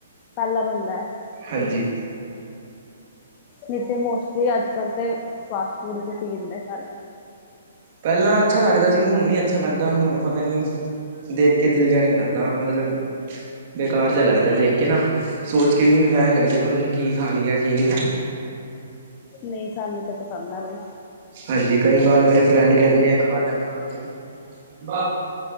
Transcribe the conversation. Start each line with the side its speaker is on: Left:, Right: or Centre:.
Left: ਪਹਿਲਾ ਬੰਦਾ
Right: ਹਾਂਜੀ
Left: ਏ। ਨਹੀਂ ਤੇ ਮੋਸਟਲੀ ਅੱਜ-ਕੱਲ੍ਹ ਤੇ, ਫਾਸਟ ਫੂਡ ਹੀ ਤੇ ਪੀ ਦਿੰਦੇ ਸਾਰੇ।
Right: ਪਹਿਲਾਂ ਅੱਛਾ ਲੱਗਦਾ ਸੀ। ਹੁਣ ਨੀ ਅੱਛਾ ਲੱਗਦਾ ਹੁਣ ਪਤਾ ਨੀ ਦੇਖ ਕੇ ਦਿਲ ਜਾਣੀ ਨਹੀਂ ਕਰਦਾ ਮਤਲਬ ਬੇਕਾਰ ਜਿਹਾ ਲੱਗਦਾ ਦੇਖ ਕੇ ਨਾ, ਸੋਚ ਕੇ ਵੀ ਐ ਲੱਗ ਜਾ ਪਤਾ ਨੀ ਕੀ ਖਾ ਲਿਆ ਕੀ ਨਹੀਂ।
Left: ਨਹੀਂ, ਸਾਨੂੰ ਤਾਂ ਪਸੰਦ ਆਵੇ।
Right: ਹਾਂਜੀ ਕਈ ਵਾਰ ਮੇਰੇ ਫਰੈਂਡ ਕਹਿੰਦੇ ਆ ਖਾ ਲੈ ਮੈਂ ਖਾਂਦਾ ਹੀ ਨਹੀਂ। ਮ